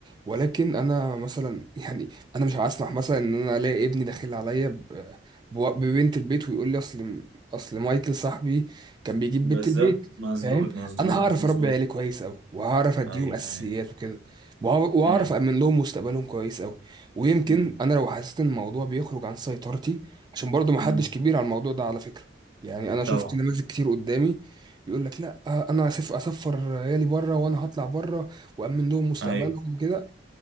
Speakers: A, on the right; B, on the right.
A: ولكن انا مثلا <laughs> يعني انا مش هسمح مثلا ان انا الاقي ابني داخل عليا ب- بو- ببنت البيت ويقول لي اصل اصل مايكل صاحبي كان بيجيب
B: بالظبط
A: بنت البيت
B: مظبوط
A: فاهم
B: مظبوط
A: انا هعرف
B: مظبوط
A: اربي عيالي كويس قوي وهعرف اديهم
B: ايوه
A: اساسيات
B: ايوه
A: وكده وهع- وهعرف
B: امم
A: امن لهم مستقبلهم كويس قوي ويمكن
B: امم
A: انا لو حسيت ان الموضوع بيخرج عن سيطرتي عشان برضو محدش
B: امم
A: كبير على الموضوع ده على فكرة يعني انا شفت
B: طبعا
A: نماذج كتير قدامي يقول لك لا آه، انا هسف اسفر عيالي بره وانا هطلع بره وامن لهم مستقبلهم
B: ايوه
A: وكده